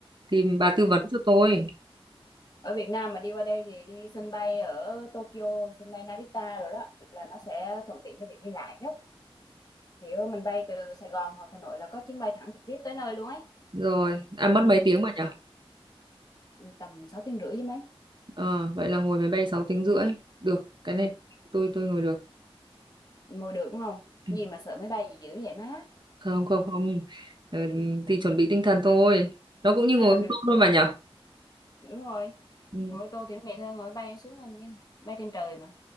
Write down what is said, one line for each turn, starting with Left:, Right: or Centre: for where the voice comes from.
Right: thì bà tư
Left: ừ.
Right: vấn cho tôi.
Left: ở Việt Nam mà đi qua đây thì đi sân bay ở Tokyo sân bay Narita rồi đó là nó sẽ thuận tiện cho việc đi lại nhất kiểu mình bay từ Sài Gòn hoặc Hà Nội là có chuyến bay thẳng trực tiếp tới nơi luôn ấy
Right: rồi à mất mấy tiếng mà nhở
Left: ừ. tầm 6 tiếng rưỡi chứ mấy
Right: Ờ, vậy là ngồi máy bay 6 tiếng rưỡi được cái
Left: ừ.
Right: này tôi tôi ngồi được
Left: ngồi được đúng không
Right: <clears throat>
Left: gì
Right: Ừ,
Left: mà sợ máy bay dữ vậy má
Right: không không không Ờ, thì chuẩn bị tinh thần thôi nó cũng như ngồi
Left: ừ
Right: ô tô thôi mà nhở
Left: <laughs> đúng rồi
Right: ừ,
Left: ngồi ô tô thì nó mệt hơn ngồi bay sướng hơn chứ bay trên trời mà